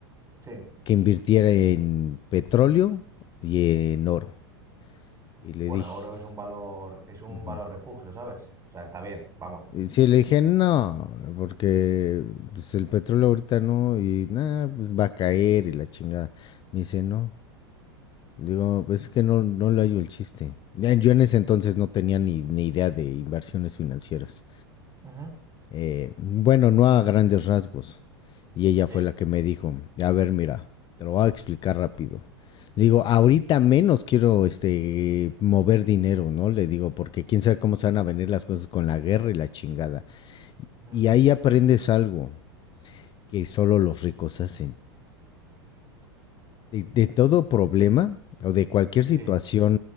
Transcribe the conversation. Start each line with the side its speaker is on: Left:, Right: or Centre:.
Right: sí.
Left: que invirtiera en petróleo y en oro. Y le
Right: Bueno,
Left: dije,
Right: el oro es un valor, es un
Left: ujú.
Right: valor refugio, ¿sabes? O sea, está bien, vamos.
Left: Y sí, le dije, no, porque pues, el petróleo ahorita no, y nada, pues va a caer y la chingada. Me dice, no, Digo, pues es que no, no le hallo el chiste. Ya, Yo en ese entonces no tenía ni, ni idea de inversiones financieras.
Right: Ujú.
Left: Eh, bueno, no a grandes rasgos. Y ella
Right: Sí,
Left: fue la que me dijo, a ver, mira, te lo voy a explicar rápido. Le digo, ahorita menos quiero este mover dinero, ¿no? Le digo, porque quién sabe cómo se van a venir las cosas con la guerra y la chingada.
Right: ujú.
Left: Y ahí aprendes algo que solo los ricos hacen. de, de todo problema o de cualquier situación
Right: Sí,